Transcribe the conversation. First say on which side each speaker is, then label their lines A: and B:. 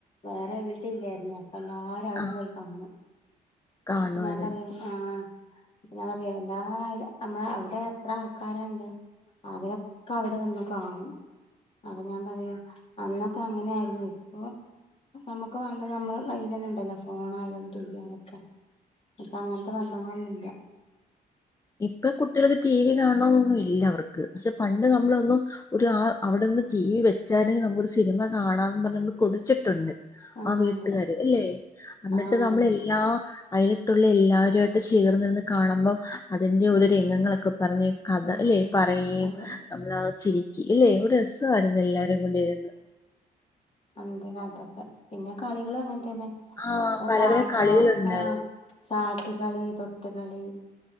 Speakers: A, on the left; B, on the left.
A: വേറെ എവിടിംല്ലായിരുന്നു അ എല്ലാരും അവിടെ
B: ആ
A: പോയി കാണും
B: കാണുമായിരുന്നു
A: അപ്പൊ ഞാൻ പറയാ
B: അത്
A: ആഹ പിന്നെ പറയാ എല്ലായാലും നമ്മള അവിടെ എത്ര ആൾക്കാരല്ലേ അവര അവിടെ വന്ന് കാണും അപ്പൊ ഞാൻ പറയാ അന്നൊക്കെ അങ്ങനെയായിരുന്നു ഇപ്പൊ നമ്മുക്ക് വേണ്ടത് നമ്മള് കൈ തന്നെ ഇണ്ടല്ലോ ഫോണയാലും ടി വി ആയാലുംക്കെ അപ്പൊ അങ്ങനത്തെ ബന്ധങ്ങളൊന്നുംല്ല
B: ഇപ്പ കുട്ടികൾക്ക് ടി വി കാണൊന്നും ഇല്ല അവർക്ക് പക്ഷെ പണ്ട് നമ്മളൊന്നും ഒരു ആ അവിടെന്ന് ടി വി വെച്ചാലെങ്കിൽ നമ്മൊ ഒരു സിനിമ കാണാന്ന് പറഞ്ഞ നമ്മള് കൊതിച്ചിട്ടുണ്ട്
A: ആഹ്
B: ആ വീട്ടുകാര്
A: അതെ
B: അല്ലേ എന്നിട്ട്
A: ആഹ് അതെ
B: നമ്മള എല്ലാ അയൽത്തുള്ള എല്ലാവരുമായിട്ട് ചേർന്നിരുന്ന് കാണുമ്പോം അതിന്റെ ഒരോ രംഗങ്ങളൊക്കെ പറഞ്ഞ കഥ
A: ഉം
B: അല്ലെ പറയും
A: അതെ
B: നമ്മള ചിരിക്കി ഇല്ലേ ഒരു രസമായിരുന്നു എല്ലാരും കൊണ്ടിരിന്നു
A: അന്ത്യ കാലത്തൊക്കെ പിന്നെ കളികൾ അങ്ങനത്തെ
B: ആ
A: പി
B: പല
A: കാത്തോ
B: പല കളികളുണ്ടായിരുന്നു
A: ആ സാറ്റ് കളി തൊട്ട് കളി